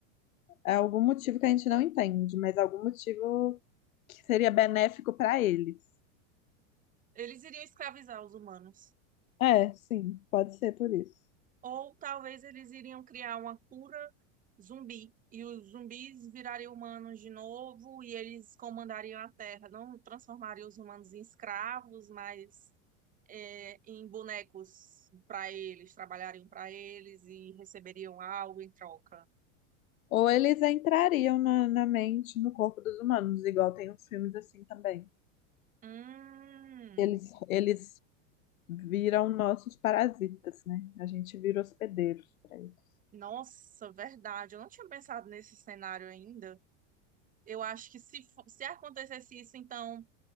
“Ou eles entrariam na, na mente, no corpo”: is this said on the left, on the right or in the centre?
Left